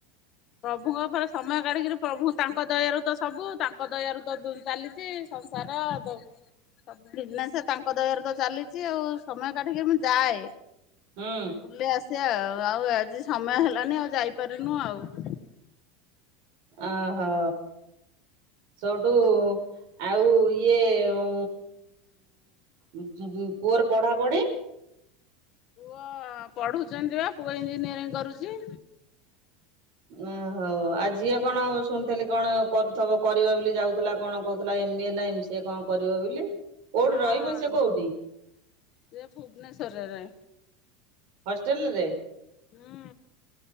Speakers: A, on the left (about 35°); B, on the right (about 55°).
A: ପ୍ରଭୁଙ୍କ ଉପରେ ସମୟ କାଢିକିରି ପ୍ରଭୁ ତାଙ୍କ ଦୟାରୁ ତ ସବୁ। ତାଙ୍କ ଦୟାରୁ ତ ଚାଲିଛି ସଂସାର ଦୁ ସବୁ ବିଜନେସ ତାଙ୍କ ଦୟାରେ ତ ଚାଲିଛି ଆଉ ସମୟ କାଟିକି ମୁଁ ଯାଏ।
B: ହୁଁ
A: ବୁଲେଇ ଆସିବା ଆଉ ଆଜି ସମୟ ହେଲାନି ଆଉ ଯାଇପାରନୁ ଆଉ।
B: ଅହୋ ସଠୁ ଆଉ ଇଏ ଉ ଉ ପୁଅର ପଢାପଢି?
A: ପୁଅ ପଢୁଛନ୍ତି ବା ପୁଅ ଇଞ୍ଜିନିୟରିଂ କରୁଛି।
B: ଓ ହୋ ଆଉ ଝିଅ କଣ ଶୁଣିଥିଲି କଣ? କରୁଥିବ କରିବା ବୋଲି ଯାଉଥିଲା କଣ କହୁଥିଲା ଏମି ଏ ନା ଏମ ସି ଏ କଣ କରିବ ବୋଲି? କୋଉଠି
A: ହଁ
B: ରହିବ ସେ କୋଉଠି
A: ସେ ଭୁବନେଶ୍ୱରରେ।
B: ହଷ୍ଟେଲରେ?
A: ହୁଁ।